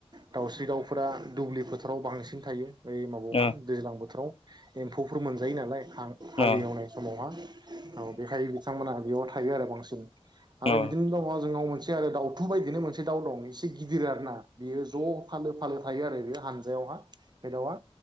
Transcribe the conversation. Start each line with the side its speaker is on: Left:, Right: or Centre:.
Right: दाउस्रि दाउफोरा दुब्लि फोथाराव बांसिन थायो। बै माबायावहा
Left: अ
Right: दैज्लां बोथोराव एम्फौफोर मोनजायो नालाय हां
Left: अ
Right: हालेवनाय समावहा बेखाय बिथांमोनहा बेयाव थायो आरो बांसिन
Left: अ
Right: आरो बिदिनो दङ जोंनाव मोनसे आरो दाउथु बायदिनो मोनसे दाउ दं एसे गिदिर आरो ना। बियो ज' फालो फालो थायो आरो बेयो हानजायावहा बे दावा।